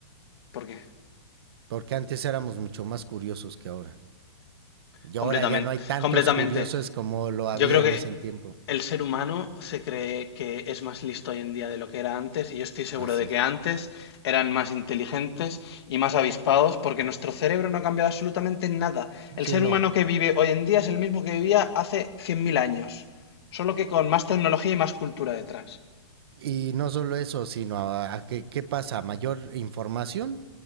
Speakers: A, on the left; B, on the right.
A: porque
B: Porque antes éramos mucho más curiosos que ahora. Y
A: completamente,
B: ahora ya no hay tantos
A: completamente.
B: curiosos como lo había
A: Yo creo
B: en
A: que
B: ese tiempo.
A: el ser humano se cree que es más listo hoy en día de lo que era antes, y yo estoy seguro
B: Así
A: de
B: es.
A: que antes eran más inteligentes y más avispados, porque nuestro cerebro no ha cambiado absolutamente nada. El
B: Sí,
A: ser
B: no.
A: humano que vive hoy en día es el mismo que vivía hace 100.000 años, solo que con más tecnología y más cultura detrás.
B: Y no solo eso, sino a, a que- qué pasa, mayor información,